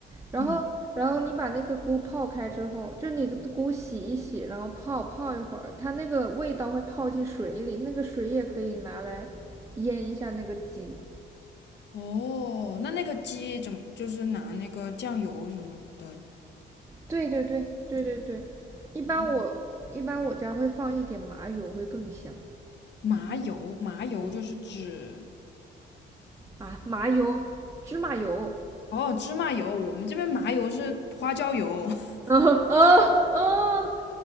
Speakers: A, on the right; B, on the left.
A: 然后，
B: 嗯，
A: 然后你把那个菇泡开之后，就你菇洗一洗，然后泡泡一会儿，它那个味道会泡进水里，那个水也可以拿来腌一下那个鸡。
B: 哦，那那个鸡怎么就是拿那个酱油什么的？
A: 对对对对对对，一般我一般我家会放一点麻油，
B: 哦
A: 会更香。
B: 麻油，麻油就是指
A: 嗯啊，麻油，芝麻油。
B: 哦，芝麻油，我们这边麻油是花椒油，<laughs>
A: <laughs> 啊啊啊！